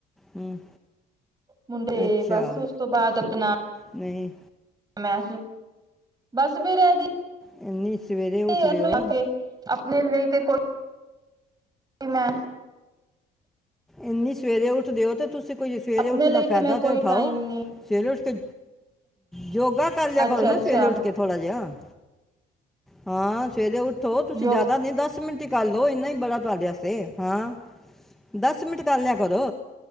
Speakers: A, in the centre; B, on the right.
A: ਹਮ,
B: ਮੁੰਡੇ
A: ਅੱਛਾ
B: ਬਸ ਉਸ ਤੋਂ ਬਾਅਦ ਆਪਣਾ
A: ਨਹੀਂ
B: ਮੈਂ ਬਸ ਫਿਰ ਇਹਦੇ
A: ਇੰਨੀ ਸਵੇਰੇ ਉੱਠਦੇ
B: ਇਹਨੂੰ
A: ਹੋ।
B: ਆ ਕੇ ਆਪਣੇ ਲਈ ਤੇ ਕੋਈ ਮੈਂ
A: ਇੰਨੀ ਸਵੇਰੇ ਉੱਠਦੇ ਔ ਤੇ ਤੁਸੀਂ ਕੋਈ ਸਵੇਰੇ
B: ਆਪਣੇ
A: ਉੱਠਣਾ
B: ਲਈ
A: ਫਾਇਦਾ
B: ਮੈਂ
A: ਤੇ
B: ਕੋਈ
A: ਉਠਾਓ
B: ਟਾਈਮ ਨੀ
A: ਸਵੇਰੇ ਉੱਠ ਕੇ ਯੋਗਾ ਕਰ ਲਿਆ
B: ਅੱਛਾ
A: ਕਰੋ ਨਾ
B: ਅੱਛਾ
A: ਸਵੇਰੇ ਉੱਠ ਕੇ ਥੋੜਾ ਜਿਹਾ। ਹਾਂ ਸਵੇਰੇ ਓਥੋਂ ਤੁਸੀਂ
B: ਯੋਗਾ
A: ਜ਼ਿਆਦਾ ਨੀ ਦਸ ਮਿੰਟ ਕਰਲੋ ਇਨਾ ਹੀ ਬੜਾ ਤੁਹਾਡੇ ਵਾਸਤੇ ਹਾਂ। ਦਸ ਮਿੰਟ ਕਰ ਲਿਆ ਕਰੋ।